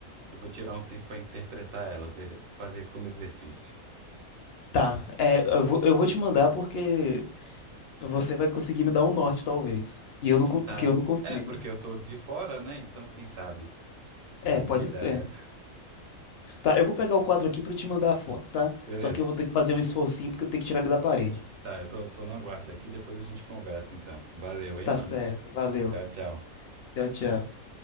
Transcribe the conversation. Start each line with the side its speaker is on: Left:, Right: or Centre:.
Right: eu vou tirar um tempo para interpretar ela, ver- fazer isso como exercício.
Left: Tá, é, eu vou, eu vou te mandar porque você vai conseguir me dar um norte, talvez. E eu não,
Right: Quem
Left: con-
Right: sabe?
Left: porque eu não consigo.
Right: É, porque eu tô de fora, né? Então, quem sabe?
Left: É,
Right: Tem alguma
Left: pode
Right: ideia.
Left: ser. Tá, eu vou pegar o quadro aqui pra te mandar a foto, tá?
Right: Beleza.
Left: Só que eu vou ter que fazer um esforcinho porque eu tenho que tirar ele da parede.
Right: Tá, eu tô, tô no aguardo aqui, depois a gente conversa, então. Valeu, hein,
Left: Tá
Right: mano?
Left: certo, valeu.
Right: Tchau, tchau.
Left: Tchau, tchau.